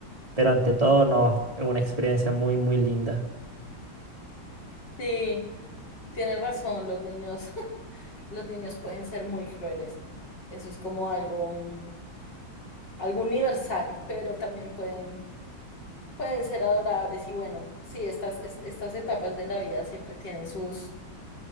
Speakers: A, on the right (about 15°); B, on the left (about 60°).
A: Pero ante todo, no, es una experiencia muy, muy linda.
B: sí, tienes razón, los niños, <laughs> los niños pueden ser muy crueles. Eso es como algo, mm, algo universal, pero también pueden, pueden ser adorables. Y bueno, sí, estas, est- estas etapas de la vida siempre tienen sus,